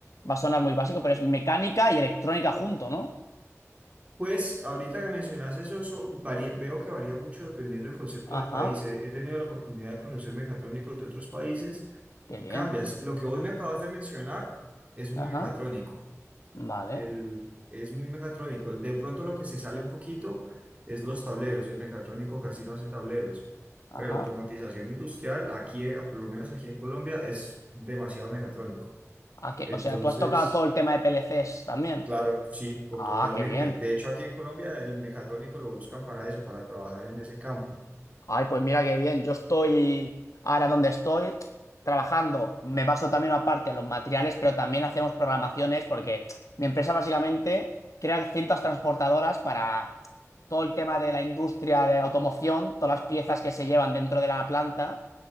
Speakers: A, on the left; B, on the right.
A: va a sonar muy básico, pero es mecánica y electrónica junto, ¿no?
B: Pues ahorita que mencionas eso, eso varía- veo que varía mucho dependiendo del concepto del
A: Ajá,
B: país. He, he tenido la oportunidad de conocer mecatrónicos de otros países
A: qué
B: y
A: bien.
B: cambias. Lo que vos me acabas de mencionar es muy
A: Ajá,
B: mecatrónico.
A: vale.
B: El, es muy mecatrónico. De pronto lo que se sale un poquito es los tableros. El mecatrónico casi no hace tableros.
A: Ajá.
B: Pero automatización industrial, aquí, eh, por lo menos aquí en Colombia, es demasiado mecatrónico.
A: Ah, que-
B: Entonces,
A: o sea, tú has tocado todo el tema de PLCs también.
B: claro, sí, o
A: Ah,
B: totalmente.
A: qué bien.
B: De hecho, aquí en Colombia el mecatrónico lo buscan para eso, para trabajar en ese campo.
A: Ay, pues mira qué bien. Yo estoy ahora donde estoy trabajando. Me paso también aparte los materiales, pero también hacemos programaciones porque mi empresa básicamente crea cintas transportadoras para todo el tema de la industria de automoción, todas las piezas que se llevan dentro de la planta.